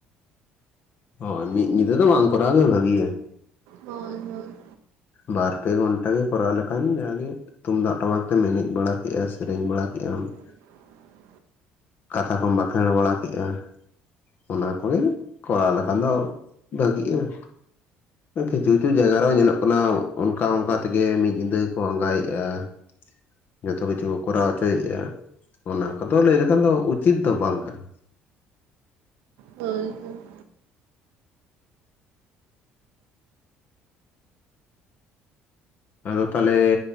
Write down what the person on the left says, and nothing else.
ᱦᱳᱭ ᱢᱤᱫ ᱧᱤᱫᱟᱹ ᱫᱚ ᱵᱟᱝ ᱠᱚᱨᱟᱣ ᱜᱮ ᱵᱷᱟᱹᱜᱤᱭᱟ ᱾
ᱵᱟᱨ ᱯᱮ ᱜᱷᱚᱱᱴᱟ ᱜᱮ ᱠᱚᱨᱟᱣ ᱞᱮᱠᱷᱟᱱ ᱡᱟ ᱜᱮ ᱛᱩᱢᱫᱟᱜ ᱴᱟᱢᱟᱠ ᱛᱮᱢ ᱮᱱᱮᱡ ᱵᱟᱲᱟ ᱠᱮᱜᱼᱟ ᱥᱮᱨᱮᱧ ᱵᱟᱲᱟ ᱠᱮᱜ-ᱟᱢ ᱾
ᱠᱟᱛᱷᱟ ᱠᱚᱢ ᱵᱟᱸᱠᱷᱮᱬ ᱵᱟᱲᱟ ᱠᱮᱜᱼᱟ ᱾ ᱚᱱᱟ ᱠᱚᱜᱮ ᱠᱚᱨᱟᱣ ᱞᱮᱠᱷᱟᱱ ᱫᱚ ᱵᱷᱟᱹᱜᱤᱜᱼᱟ ᱾ ᱠᱤᱪᱷᱩ ᱠᱤᱪᱷᱩ ᱡᱟᱭᱜᱟ ᱨᱮᱦᱚᱸ ᱧᱮᱞᱚᱜ ᱠᱟᱱᱟ ᱚᱱᱠᱟ ᱚᱱᱠᱟ ᱛᱮᱜᱮ ᱢᱤᱫ ᱧᱤᱫᱟᱹ ᱠᱚ ᱟᱸᱜᱟᱭᱮᱜᱼᱟ ᱾ ᱡᱚᱛᱚ ᱠᱤᱪᱷᱩ ᱠᱚ ᱠᱚᱨᱟᱣ ᱦᱚᱪᱚᱭᱮᱫᱼᱟ᱾ ᱚᱱᱟ ᱠᱚᱫᱚ ᱞᱟᱹᱭ ᱞᱮᱠᱷᱟᱱ ᱫᱚ ᱩᱪᱤᱛ ᱫᱚ ᱵᱟᱝ ᱠᱟᱱᱟ ᱾
ᱟᱫᱚ ᱛᱟᱦᱞᱮ